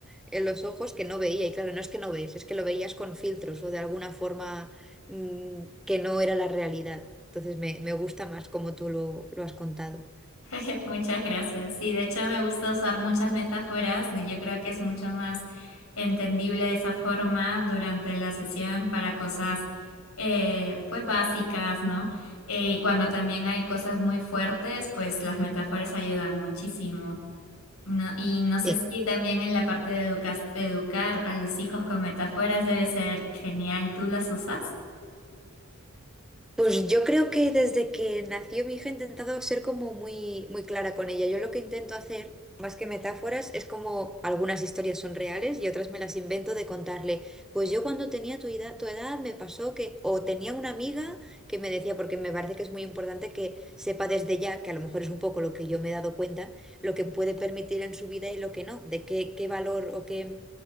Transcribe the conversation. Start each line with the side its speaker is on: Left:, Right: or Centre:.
Centre: en los ojos que no veía. Y claro, no es que no ves, es que lo veías con filtros o de alguna forma mm, que no era la realidad. Entonces me, me gusta más como tú lo, lo has contado.
Left: <laughs> Muchas gracias. Sí, de hecho me gusta usar muchas metáforas y yo creo que es mucho más entendible de esa forma durante la sesión para cosas eh, pues básicas, ¿no? Eh, y cuando también hay cosas muy fuertes, pues las metáforas ayudan muchísimo. No, y no sé
Centre: Eh,
Left: si también en la parte de, educa- de educar a los hijos con metáforas debe ser genial. ¿Tú las usas?
Centre: Pues yo creo que desde que nació mi hija he intentado ser como muy, muy clara con ella. Yo lo que intento hacer, más que metáforas, es como algunas historias son reales y otras me las invento de contarle. Pues yo cuando tenía tu edad, tu edad me pasó que, o tenía una amiga que me decía, porque me parece que es muy importante que sepa desde ya, que a lo mejor es un poco lo que yo me he dado cuenta, lo que puede permitir en su vida y lo que no, de qué, qué valor o qué